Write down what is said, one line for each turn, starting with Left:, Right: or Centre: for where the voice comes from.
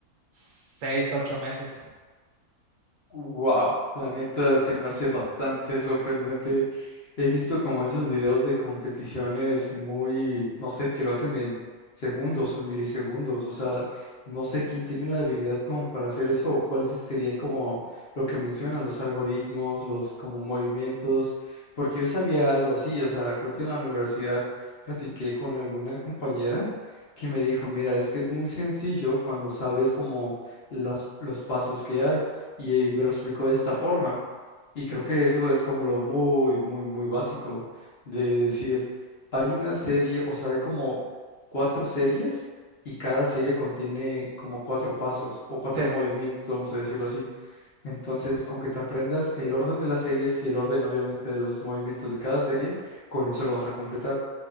Right: 6, ocho meses.
Left: Wow, la neta se me hace bastante sorprendente He visto como esos videos de competiciones muy, no sé, que lo hacen en segundos, en milisegundos. O sea, no sé quién tiene la habilidad como para hacer eso o cuáles serían como lo que mencionan, los algoritmos, los como movimientos, porque yo sabía algo así. O sea, creo que en la universidad platiqué con alguna compañera que me dijo, mira, es que es muy sencillo cuando sabes como las, los pasos que hay y me lo explicó de esta forma. Y creo que eso es como lo muy, muy, muy básico de decir, hay una serie, o sea, hay como cuatro series y cada serie contiene como cuatro pasos o cuatro
Right: Sí.
Left: movimientos, vamos a decirlo así. Entonces, con que te aprendas el orden de las series y el orden, obviamente, de los movimientos de cada serie, con eso lo vas a completar